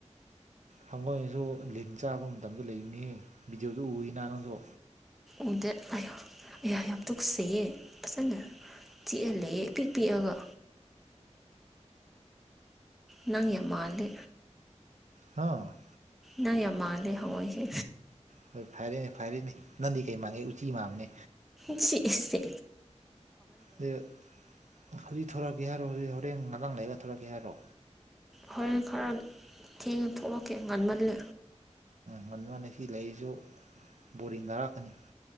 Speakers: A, on the right; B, in the centre.
A: ꯍꯪꯒꯣꯏꯅꯁꯨ ꯂꯤꯟ ꯆꯥꯕ ꯃꯇꯝꯗ ꯂꯩꯕꯅꯤ ꯕꯤꯗꯤꯑꯣꯗꯨ ꯎꯏꯅ ꯅꯪꯁꯨ
B: ꯎꯗꯦ ꯑꯩ ꯌꯥꯝ ꯇꯨ ꯀꯁꯤꯌꯦ ꯐꯖꯅ ꯆꯤꯛꯍꯜꯂꯦꯑ ꯄꯤꯛ ꯄꯤꯛꯑꯒ ꯅꯪ ꯌꯥꯝ ꯃꯥꯂꯦ
A: ꯍꯥ
B: ꯅꯪ ꯌꯥꯝ ꯃꯥꯟꯗꯦ ꯍꯉꯣꯏ ꯁꯦ
A: ꯍꯣꯏ ꯐꯔꯦꯅꯦ ꯐꯔꯦꯅꯦ ꯅꯪꯗꯤ ꯀꯩ ꯃꯥꯡꯒꯦ ꯎꯆꯤ ꯃꯥꯟꯕꯅꯦ
B: ꯁꯤꯁꯦ
A: ꯑꯗ ꯍꯧꯖꯤꯛ ꯊꯣꯔꯛꯑꯒꯦ ꯍꯥꯏꯔꯣ ꯍꯧꯖꯤꯛ ꯍꯣꯔꯦꯟ ꯉꯔꯥꯡ ꯂꯩꯔꯒ ꯊꯣꯔꯛꯀꯦ ꯍꯥꯏꯔꯣ
B: ꯍꯣꯔꯦꯟ ꯈꯔ ꯊꯦꯡꯅ ꯊꯣꯛꯂꯛꯀꯦ ꯉꯟꯃꯜꯂꯦ
A: ꯍꯃꯟꯅ ꯁꯤ ꯂꯩꯔꯤꯁꯨ ꯕꯣꯔꯤꯡ ꯇꯥꯔꯛꯀꯅꯤ